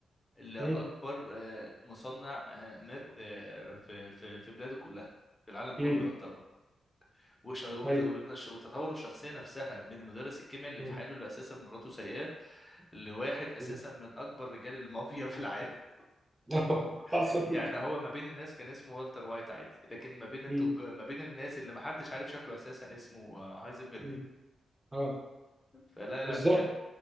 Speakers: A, on the left; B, on the right.
A: لاكبر
B: امم
A: آه، مصنع آه، ماث آه، في في في بلاده كلها في العالم كله
B: امم
A: يعتبر وش- وت-
B: ايوه
A: وإن الش- وتطور الشخصية نفسها من مدرس الكيمياء اللي
B: مم.
A: في حاله اللي اساسا مراته سايقاه لواحد اساسا
B: مم.
A: من اكبر رجال المافيا في العالم
B: <laughs> حصل
A: <laughs> يعني هو ما بين الناس كان اسمه والتر وايت عادي لكن ما بين التج...
B: مم.
A: ما بين الناس اللي ما حدش عارف شكله اساسا اسمه آه، هايزنبرج
B: مم. اه
A: فلا لا
B: بالظبط
A: بجد